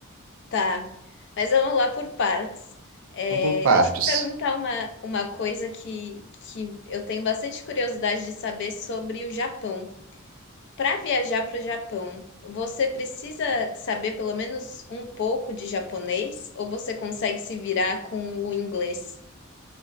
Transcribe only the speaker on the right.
Vamos por partes.